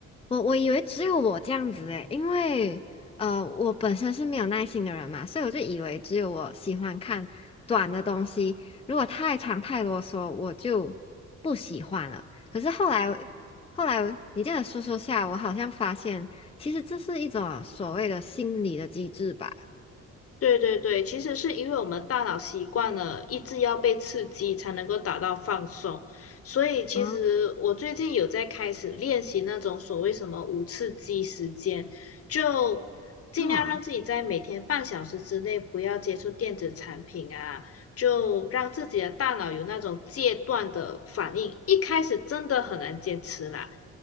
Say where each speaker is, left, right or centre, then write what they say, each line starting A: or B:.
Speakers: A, on the left; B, on the left.
A: 我我以为只有我这样子诶，因为呃，我本身是没有耐心的人嘛，所以我就以为只有我喜欢看短的东西，如果太长太啰嗦，我就不喜欢了。可是后来后来你这样说说下，我好像发现，其实这是一种所谓的心理的机制吧。
B: 对对对，其实是因为我们大脑习惯了一直要被刺激才能够达到放松，所以其实我最近有在开始练习那种所谓什么无刺激时间，
A: 啊
B: 就尽量让自己在每天半小时之内不要接触电子产品啊，
A: 啊，
B: 就让自己的大脑有那种戒断的反应。一开始真的很难坚持啦，